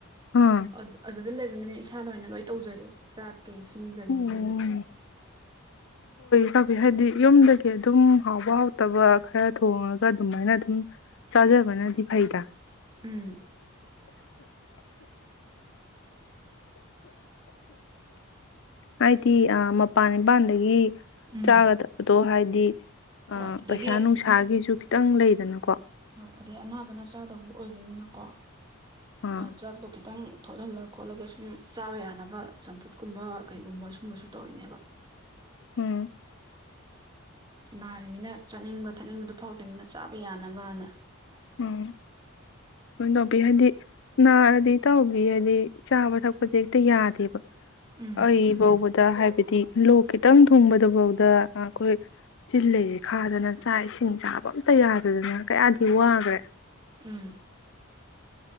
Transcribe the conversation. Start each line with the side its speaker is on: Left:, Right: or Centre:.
Left: ꯑꯥ
Right: ꯑꯗꯨ ꯑꯗꯨꯗ ꯂꯩꯕꯅꯦ ꯑꯩ ꯏꯁꯥ ꯂꯣꯏꯅ ꯂꯣꯏ ꯇꯧꯖꯔ ꯆꯥꯛꯀꯤꯁꯦ ꯀ ꯀꯔꯤꯁꯤꯖ
Left: ꯑꯣ ꯀꯕꯤ ꯍꯥꯏꯗꯤ ꯌꯨꯝꯗꯒꯤ ꯑꯗꯨꯝ ꯍꯥꯎꯕ ꯍꯥꯎꯇꯕ ꯈꯔ ꯊꯣꯡꯉꯒ ꯑꯗꯨꯃꯥꯏꯅ ꯑꯗꯨꯝ ꯆꯥꯖꯕꯅꯗꯤ ꯐꯩꯗ
Right: ꯎꯝ
Left: ꯍꯥꯏꯗꯤ ꯃꯄꯥꯟ ꯅꯤꯄꯥꯟꯗꯒꯤ
Right: ꯎꯝ
Left: ꯆꯥꯒ ꯊꯛꯄꯗꯣ ꯍꯥꯏꯗꯤ ꯑ
Right: ꯍꯣꯏ ꯑꯗꯒꯤ
Left: ꯄꯩꯁꯥ ꯅꯨꯡꯁꯥꯒꯤꯁꯨ ꯈꯤꯇꯪ ꯂꯩꯗꯅꯀꯣ
Right: ꯍꯣꯏ ꯑꯗꯩ ꯑꯅꯥꯕꯅ ꯆꯥꯗꯧꯕ ꯑꯣꯏꯕꯅꯤꯅꯀꯣ
Left: ꯑꯥ
Right: ꯑ ꯆꯥꯛꯇꯣ ꯈꯤꯇꯪ ꯊꯣꯠꯍꯜꯂ ꯈꯣꯠꯂꯒ ꯁꯨꯝ ꯆꯥꯕ ꯌꯥꯅꯕ ꯆꯝꯐꯨꯠꯀꯨꯝꯕ ꯀꯩꯒꯨꯝꯕ ꯁꯨꯝꯕꯁꯨ ꯇꯧꯔꯤꯅꯦꯕ
Left: ꯎꯝ
Right: ꯅꯥꯔꯤꯕꯃꯤꯅ ꯆꯠꯅꯤꯡꯕ ꯊꯛꯅꯤꯡꯕꯗꯨꯣ ꯐꯥꯎꯗꯅꯤꯅ ꯆꯥꯕ ꯌꯥꯅꯕꯅ
Left: ꯎꯝ ꯀ ꯇꯧꯕꯤ ꯍꯥꯏꯗꯤ ꯅꯥꯔꯗꯤ ꯇꯥꯎꯕꯤ ꯍꯥꯏꯗꯤ ꯆꯥꯕ ꯊꯛꯄꯗꯤ ꯍꯦꯛꯇ ꯌꯥꯗꯦꯕ
Right: ꯎꯝ
Left: ꯑꯩ ꯐꯥꯎꯕꯗ ꯍꯥꯏꯕꯤꯗꯤ ꯍꯥꯏꯗꯤ ꯂꯣꯛ ꯈꯤꯇꯪ ꯊꯣꯡꯕꯗꯐꯥꯎꯗ ꯑꯩꯈꯣꯏ ꯆꯤꯜꯂꯁꯤ ꯈꯥꯗꯅ ꯆꯥꯛ ꯏꯁꯤꯡ ꯆꯥꯕ ꯑꯝꯇ ꯌꯥꯗꯗꯅ ꯀꯌꯥꯗꯤ ꯋꯥꯡ ꯐꯦ
Right: ꯎꯝ